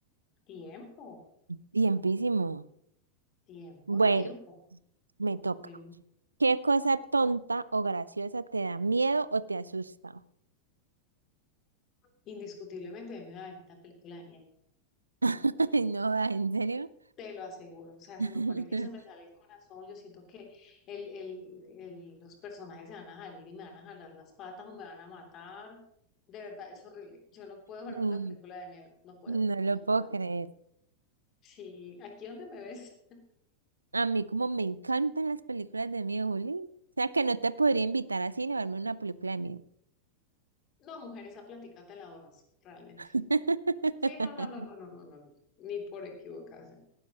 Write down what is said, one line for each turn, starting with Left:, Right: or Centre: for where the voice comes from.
Left: tiempo,
Right: Tiempísimo.
Left: tiempo,
Right: Bueno,
Left: tiempo.
Right: me toca.
Left: Bien,
Right: ¿Qué cosa tonta o graciosa te da miedo o te asusta?
Left: Indiscutiblemente es una bendita película de miel.
Right: <laughs> Ay, no, ah, ¿en serio?
Left: Te lo aseguro. O sea,
Right: <laughs>
Left: se me pone que se me sale el corazón. Yo siento que el, el, el, los personajes se van a salir y me van a jalar las patas o me van a matar. De verdad, es horrible. Yo no puedo verme
Right: Mm,
Left: una película de miedo. No puedo.
Right: No lo
Left: No puedo.
Right: puedo creer.
Left: Sí, aquí donde me ves. <laughs>
Right: A mí como me encantan las películas de miedo, Juli. O sea que no te podría invitar a cine a verme una película de miedo.
Left: No, mujer, esa plática te la ahorras, realmente.
Right: <laughs>
Left: Sí, no, no, no, no, no, no, no, no, ni por equivocación.